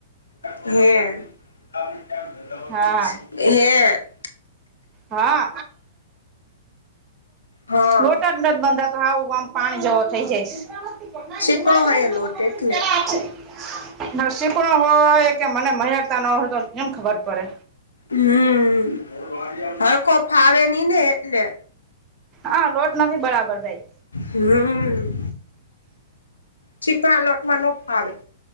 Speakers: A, on the left (about 75°); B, on the right (about 25°).
A: હૈ હે
B: હા હા
A: હા
B: લોટજ નથ બંધાતો હાવ આમ પાણી જેવો થઈ જાઈશ ચણા
A: ચીકણો હોય લોટ એટલે
B: અસે નસી પણ હોય કે મને મય હકતા ના હોય તો કેમ ખબર પડે
A: હમમ હરખો ફાવે ની ને એટલે
B: હા લોટ નથી બરાબર થાય
A: હમમ ચીકણા લોટમાં નો ભાવે